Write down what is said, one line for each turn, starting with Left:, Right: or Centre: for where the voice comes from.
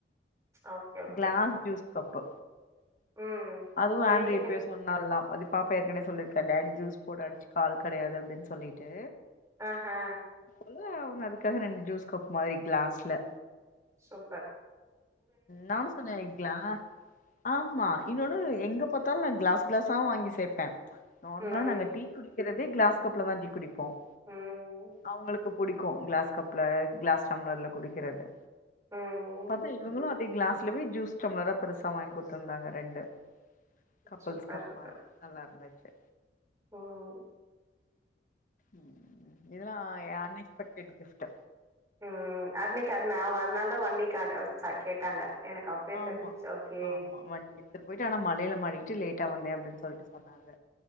Right: okay okay
Left: glass juice cup
Right: ம்.
Left: அதுவு
Right: உங்க
Left: ஆண்ட்ரி
Right: வீட்டுக்கு
Left: எப்பயோ சொன்னால்ல அது பாப்பா ஏற்கனவே சொல்லிருக் த டாடி ஜூஸ் போட அடிச்சுக்க ஆள் கிடயாது அப்டின்னு சொல்லிட்டு
Right: ஆஹ் ஹா
Left: இல்ல அவுங்க அதுக்காக ரெண்டு ஜூஸ் கப் மாரி கிளாஸ்ல
Right: சூபர்
Left: நானும் சொன்னேன் இலா ஆமா இன்னொன்னு எங்க பார்த்தாலும் நான் கிளாஸ் கிளாஸ்ஸா வாங்கி சேபேன் நார்மலா
Right: ம்,
Left: நாங்க டீ குடிக்கிறத்தே கிளாஸ் கப்ல தா டீ குடிப்போம்
Right: ம்,
Left: அவங்களுக்கு புடிக்கும் கிளாஸ் கப்ல கிளாஸ் டம்ளர்ல குடிக்கிறது
Right: ம்.
Left: பத ங்களும் அதே கிளாஸ்லய ஜூஸ் சடம்ளரா பெருசா வாங்கி கொத்துருந்தாங்க ரெண்டு கபல்ஸ்
Right: சூப்பர்,
Left: கப்
Right: சூப்பர்.
Left: மாரி நல்லா இருந்துாச்சு
Right: ம்.
Left: உம் இதெல்லாம் என் அன்எக்ஸ்பெட் ஹரேட் கிஃப்ட்
Right: உம் அன்னைக்கு அன அவன் அதனால தான் வண்டி கா சா கேட்டாங்க எனக்கு அப்பயே
Left: ஆமா
Right: தெரிஞ்சுச்சு. ஓகே.
Left: ஆமா வண்டி எடுத்துட்டு போயிட்டு ஆனா மலையில மாடிக்கிட்டு லேட்டா வந்தேன் அப்படின்னு சொல்லிட்டு சொன்னாங்க